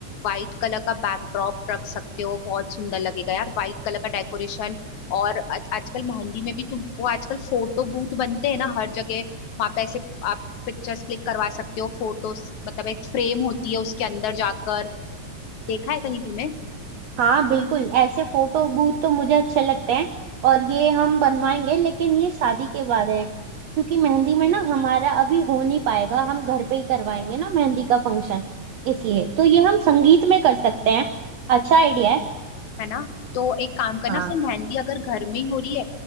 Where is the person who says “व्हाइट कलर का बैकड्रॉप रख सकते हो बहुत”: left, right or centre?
Left